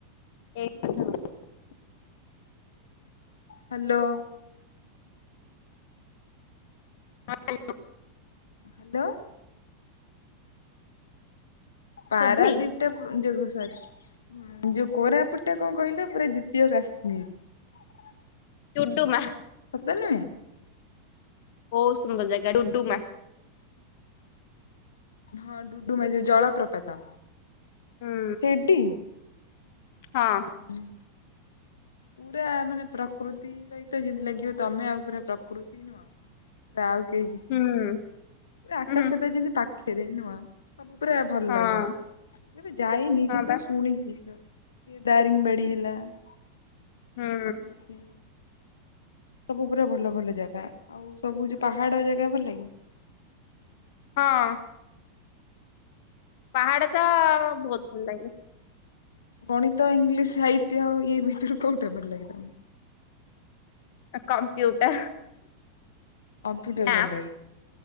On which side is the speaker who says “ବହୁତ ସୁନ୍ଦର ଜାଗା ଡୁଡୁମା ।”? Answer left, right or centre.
Left